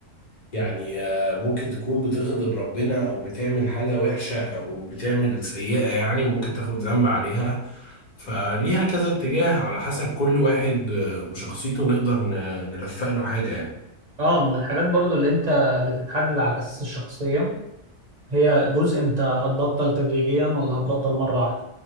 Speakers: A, on the left (about 40°); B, on the right (about 35°).
A: يعني آه، ممكن تكون بتغضب ربنا او بتعمل حاجة وحشة او بتعمل سيئة يعني وممكن تاخد ذنب عليها فليها كذا اتجاه على حسب كل واحد آه، وشخصيته نقدر ن- نلفق له حاجة يعني
B: اه من الحاجات برضو اللي انت بتتحدد على اساس الشخصية هي جزء انت هتبطل تدريجيا ولا هتبطل مرة واحدة